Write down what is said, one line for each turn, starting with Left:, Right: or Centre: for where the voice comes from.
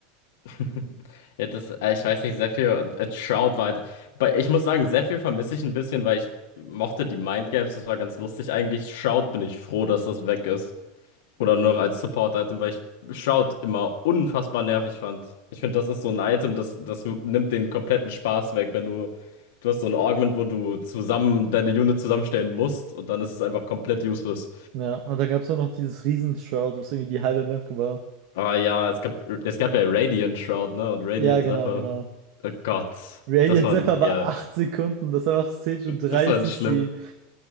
Left: <laughs> Ja, das, äh, ich weiß nicht, Zephyr und äh, Shroud war halt. Bei, ich muss sagen, Zephyr vermisse ich ein bisschen, weil ich mochte die Mind Games, das war ganz lustig eigentlich. Shroud bin ich froh, dass das weg ist. Oder nur noch als Support-Item, weil ich Shroud immer unfassbar nervig fand. Ich finde, das ist so ein Item, das, das nimmt den kompletten Spaß weg, wenn du. Du hast so ein Augment, wo du zusammen deine Unit zusammenstellen musst und dann ist es einfach komplett useless.
Right: Ja, und dann gab es auch noch dieses Riesen-Shroud, was irgendwie die halbe Map war.
Left: Aber ja, es gab, es gab ja Radiant Shroud, ne? Und Radiant
Right: Ja, genau,
Left: Zephyr.
Right: genau.
Left: Oh Gott.
Right: Radiant
Left: Das waren,
Right: Zephyr
Left: ja.
Right: war 8 Sekunden, das war auch Stage und 30
Left: Das waren schlimm,
Right: die.